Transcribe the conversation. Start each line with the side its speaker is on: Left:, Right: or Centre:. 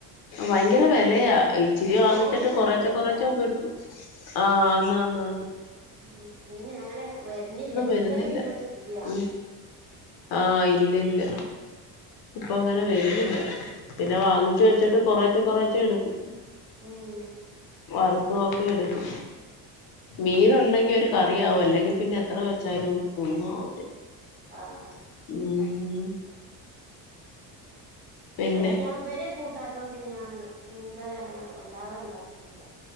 Left: ആ ഭയങ്കര വെലയാ ഈ ഇച്ചിരി വാങ്ങിച്ചിട്ട്
Right: ട്രോളിംഗ് ആണ്
Left: കൊറേച്ചേ
Right: തോന്നുന്നല്ലേ
Left: കൊറേച്ചേ എടുക്കും ആ അനാനാന്ന്
Right: ഉം മീൻ അങ്ങനെ വരുന്നില്ല. കൂടുതലും
Left: വരുന്നില്ല
Right: മീനങ്ങനെ ഇല്ല്യാ.
Left: ഉം ആഹ് ഇല്ലില്ല ഇപ്പൊ അങ്ങനെ വെരുന്നില്ല പിന്നെ വാങ്ങിച്ചു
Right: ഓക്കെ
Left: വെച്ചിട്ട് കൊറച്ചെ കൊറ എടുക്കും
Right: ഉം
Left: വറ് <unintelligible> എടുക്കും. മീൻ
Right: ഉം
Left: ഉണ്ടെങ്കി ഒരു ക റിയാവും അല്ലെങ്കി പിന്നെ എത്ര വെച്ചാലും ഒന്നും ആവത്ത്
Right: ആഹ്
Left: ഉം പിന്നെ
Right: എടാ ഞാൻ ഇവരെ കൂ ണ്ടാട്ടം പിന്നെ ഞാന് മീൻകറി അങ്ങനെ വല്ലാതെ ഉണ്ടാക്കലില്ല